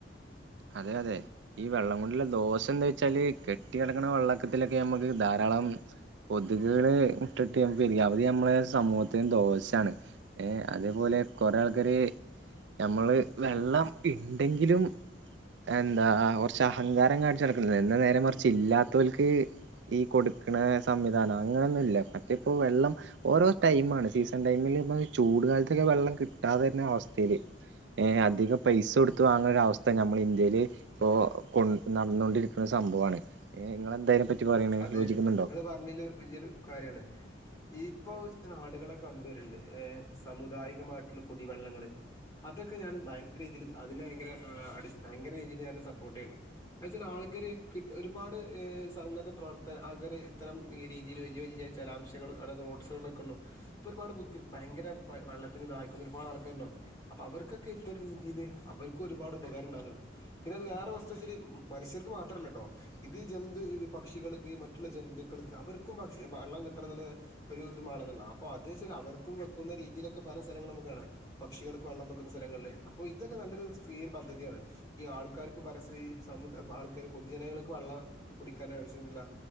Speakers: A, on the right; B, on the left.
A: അതെ അതെ ഈ വെള്ളം കൊണ്ടുള്ള ദോഷം എന്താ വെച്ചാല് കെട്ടി കിടക്കണ വെള്ളക്കത്തിലൊക്കെ നമ്മുക്ക് ധാരാളം കൊതുകള് മുട്ടയിട്ട് പെരുകി അവര് നമ്മുടെ സമൂഹതിന്നു ദോഷയാണ് ഏ അതേപോലെ കുറെ ആൾക്കാര് നമ്മള് വെള്ളം ഇണ്ടെങ്കിലും എന്താ കുറച്ച് അഹങ്കാരം കാണിച്ച നടക്കുന്നത് എന്ന നേരം മറച്ച് ഇല്ലാത്തവൾക്ക് ഈ കൊടുക്കണ സംവിധാനം അങ്ങനൊന്നുംല്ല മറ്റേ ഇപ്പോ വെള്ളം ഓരോ ടൈമാണ് സീസൺ ടൈമിൽ ഇപ്പൊ ചൂട് കാലത്തൊക്കെ വെള്ളം കിട്ടാതെ തരുന്ന അവസ്ഥയിൽ ഏ അധികം പൈസ കൊടുത്ത് വാങ്ങുന്ന ഒരു അവസ്ഥ നമ്മൾ ഇവര്ഇപ്പോ കൊണ്ട് നടന്നുകൊണ്ടിരിക്കുന്ന സംഭവമാണ് നിങ്ങൾ എന്താ ഇതിനെ പറ്റി പറയണേ
B: അതെ
A: യോജിക്കുന്നുണ്ടോ
B: നിങ്ങള് പറഞ്ഞല് വലിയൊരു കാര്യാണ് ഇ ഇപ്പോൾ വച്ച നാടുകളെക്കെ കണ്ടുവരുന്നുണ്ട് സമുദായികമായിട്ടുള്ള കുടിവെള്ളങ്ങൾ അതൊക്കെ ഞാൻ ഭയങ്കര രീതിയിൽ അതിന് ഭയങ്കര ഭയങ്കര രീതിയിൽ ഞാൻ സപ്പോർട്ട് ചെയ്യുന്നുണ്ട് എന്ന് വെച്ചാൽ ആൾ കാര് ഒരുപാട് സ പ്രവർത്തന ആർ ഇത്തരം രീതിയില് വലിയ വലിയ ജലാംശങ്ങൾ അവിടെ റോഡ്സൈഡുകളിലൊക്കെ ഉള്ള ഇപ്പൊ ഒരുപാട് ബുദ്ധി ഭയങ്കര വെള്ളത്തിന് ദാഹിക്കുന്ന ഒരുപാട് ആൾക്കാരുണ്ടാവും അപ്പോൾ അവർക്കൊക്കെ ഇത്തരം രീതിയിൽ അവർക്കും ഒരുപാട് ഉപകാരം ഉണ്ടാകുന്നില്ല പിന്നെ അത് വേറെ വസ്തു വെച്ചരി മനുഷ്യർക്ക് മാത്രമല്ല കേട്ടോ ഇത് ജന്തു പക്ഷികൾക്ക് മറ്റുള്ള ജന്തുക്കൾക്ക് അവർക്കും പക്ഷേ വെള്ളം കിട്ടണം എന്നുള്ള ഒരു ഇതുമാണെന്നുള്ള അപ്പോ അതി ശരി അവർക്കും വെക്കുന്ന രീതിയിലൊക്കെ പല സ്ഥലങ്ങളും നമുക്ക് കാണാം പക്ഷികൾക്ക് വെള്ളം വെക്കുന്ന സ്ഥലങ്ങളിൽ അപ്പോ ഇതൊക്കെ നല്ലൊരു സ്ത്രീരു <unintelligible> പദ്ധതിയാണ് ഈ ആൾക്കാർക്ക് പരസ്യം ആൾക്കാർ പൊതുജനങ്ങൾക്ക് വെള്ളം കുടിക്ക ആൾക്കാരെ ആവശ്യമുണ്ടല്ലാ